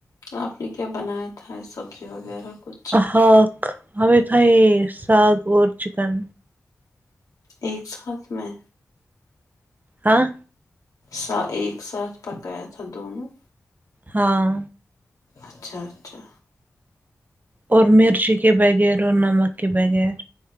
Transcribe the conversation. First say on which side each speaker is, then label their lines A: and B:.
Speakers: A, on the left; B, on the right.
A: آپ نے کیا بنایا تھا سبزی وغیرہ کچھ
B: ہا ہمیں تھا یہ ساگ اور چکن
A: ایک ساتھ میں
B: ہاں
A: سا ایک ساتھ پکایا تھا دونوں
B: ہاں
A: اچھا اچھا
B: اور مرچی کے بغیر اور نمک کے بغیر